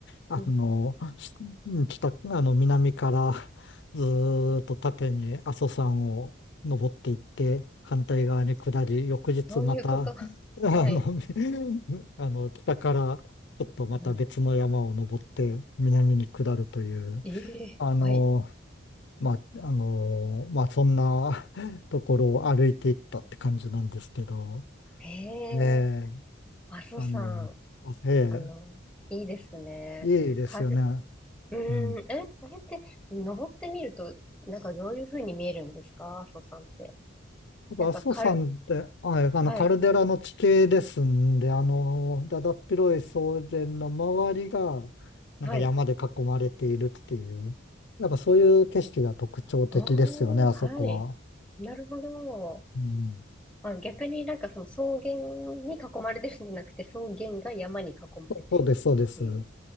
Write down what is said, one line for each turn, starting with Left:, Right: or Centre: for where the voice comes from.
Left: あの、
Centre: うん。
Left: し北、あの、南からずーっと縦に阿蘇山を登っていって、反対側に下り、翌日また、
Centre: そういうこと。
Left: あ
Centre: <laughs> はい。
Left: の、<laughs> あの、北からちょっとまた別の山を登って、
Centre: うん。
Left: 南に下るという、
Centre: ええはい。
Left: あの、まあ、あの、まあ、そんな <laughs> ところを歩いていったって感じなんですけど、
Centre: へえ。
Left: ええ、
Centre: 阿蘇山。
Left: あの、あえ
Centre: あの、いいですね。
Left: え、いいですよね。
Centre: かる、うん。
Left: うん。
Centre: え、あれって、登ってみると、なんかどういう風に見えるんですか阿蘇山って。
Left: やっぱ阿蘇山って、
Centre: なんかかる、
Left: あ、えあの、
Centre: はい。
Left: カルデラの地形ですんで、あの、だだっ広い草原の周りが、なんか山で囲まれているっていう、
Centre: はい。
Left: やっぱそういう景色が特徴的ですよね、
Centre: おー、
Left: あそこは。
Centre: はい。なるほど。
Left: うん。
Centre: まあ、逆になんかその草原に囲まれてるんじゃなくて、草原が山に囲まれてるっていう。
Left: そうそうです、そうです。